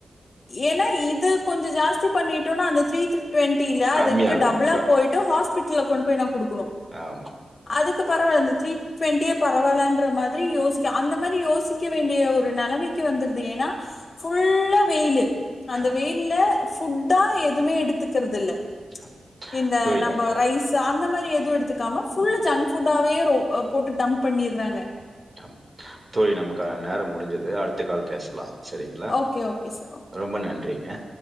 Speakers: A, on the left; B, on the right.
A: ஏன்னா இது கொஞ்சோ ஜாஸ்தி பண்ணிட்டோன்னா அந்த த்ரீ த டு்வெண்டில
B: கம்மியாகும்.
A: அதுக்கு டபுளா
B: க
A: போயிட்டு ஹஸ்பிட்டல கொண்டு போய் குடு னு
B: ஆமா,
A: அதுக்கு பரவால இந்த த்ரீ ட்வெண்ட்டியே பரவாயலான்ற மாதிரி யோசிக்க அந்த மாரி யோசிக்க வேண்டிய ஒரு நெலைமைக்கு வந்துருது ஏன்னா ஃபுல்லா வெயிலு அந்த
B: ஆமா,
A: வெயில்ல ஃபுட்டா எதுவுமே எடுத்துக்குறது இல்ல
B: ஆமா.
A: இந்த
B: தோழி
A: நம்ம ரைஸ் அந்த மாரி எதுவு எடுத்துக்காம புல்ல ஜங்க் ஃபுட்டவே ரோ போட்டு டம்ப் பண்ணிறாங்க
B: அம் தோழி நமக்கான நேரம் முடிஞ்சது அடுத்த கால் பேசலா சேரிங்களா
A: ஓகே ஓகே சார்
B: ரொம்ப நன்றிங்க